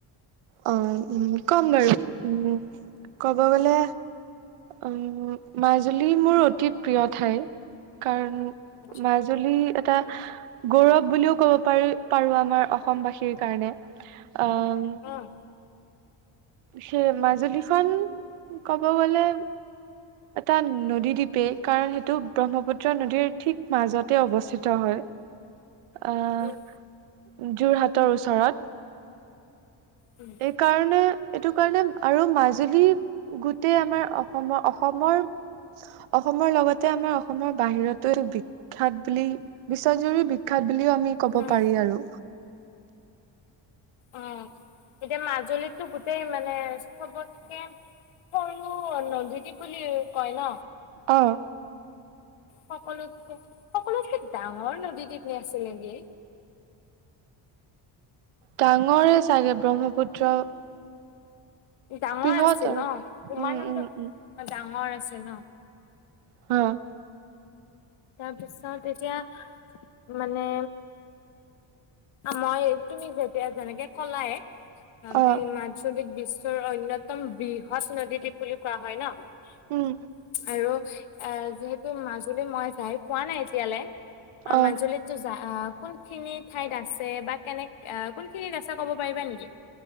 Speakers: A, on the right; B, on the left.
A: অঁ, উম কম বাৰু উম ক'ব গলে উম মাজুলী মোৰ অতি প্ৰিয় ঠাই কাৰণ,
B: আচ্ছা
A: মাজুলী এটা। গৌৰৱ বুলিও ক'ব পাৰি পাৰো আমাৰ অসমবাসীৰ কাৰণে, অঁ।
B: উম
A: সেই মাজুলীখন ক'ব গলে এটা নদীদ্বীপেই কাৰণ সেইটো ব্ৰহ্মপুত্ৰ নদীৰ ঠিক মাজতে অৱস্থিত হয়। অঁ।
B: উম
A: যোৰহাটৰ ওচৰত।
B: উম
A: এইকাৰণে। এইটো কাৰণে আৰু মাজুলী গোটেই আমাৰ অসমৰ অসমৰ অসমৰ লগতে আমাৰ অসমৰ বাহিৰতো বিখ্যাত বুলি বিশ্বজুৰি বিখ্যাত। বুলিও আমি কব
B: উম
A: পাৰি আৰু।
B: অ এতিয়া মাজুলীততো গোটেই মানে চবতকে সৰু নদীদ্বীপ বুলি কয় ন।
A: অঁ।
B: সকলোতকৈ সকলোতকৈ ডাঙৰ নদী দীপ হৈ আছিল নেকি?
A: ডাঙৰে চাগে ব্ৰহ্মপুত্ৰ।
B: ডাঙৰ
A: বৃহৎ
B: আছিল
A: আৰু
B: ন ইমানন্দ
A: উম উম উম
B: ডাঙৰ আঁ। আছিল অঁ।
A: হম।
B: তাৰপিছত এতিয়া মানে। মই তুমি যেতিয়া যেনেকৈ কলাই। আম
A: অ
B: মাজুলীৰ বেছি। অন্যতম বৃহৎ নদীত। বুলি কোৱা হয় ন
A: উম
B: আৰু। অঁ যিহেতু মাছ। বুলি মই যাই পোৱা নাই এতিয়ালৈ অঁ
A: অ
B: মাজুলীততো যা অঁ কোন খিনিত ঠাইত আছে বা কেনেক কোনখিনিত আছে ক'ব পাৰিবা নেকি